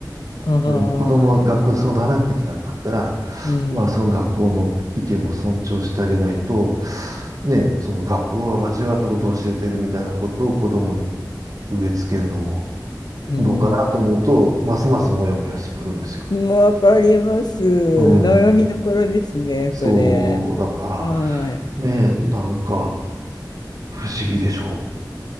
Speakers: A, on the left (about 70°); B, on the right (about 55°).
A: ああ、
B: うん、子供は学校でそう習ってきたんだったら、
A: うん、
B: まあ、その学校の意見も尊重してあげないと、ね、その学校は間違ったことを教えてるみたいなことを子供に植え付けるのも
A: うん。
B: どうかなと思うと、ますますモヤモヤしてくるんですよ。
A: わかります。悩みどころですね、
B: うん、そう、
A: それ。
B: だか
A: はい。
B: ら、ね、なんか不思議でしょ